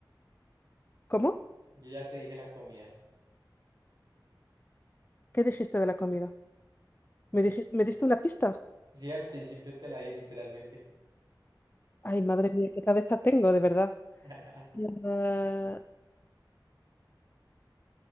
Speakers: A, on the left; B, on the right.
A: ¿cómo?
B: Yo ya te dije la comida.
A: ¿Qué dijiste de la comida? ¿Me dijiste, me diste una pista?
B: Sí, al principio te la di literalmente.
A: Ay, madre mía, qué cabeza tengo, de verdad.
B: <laughs>
A: Ah,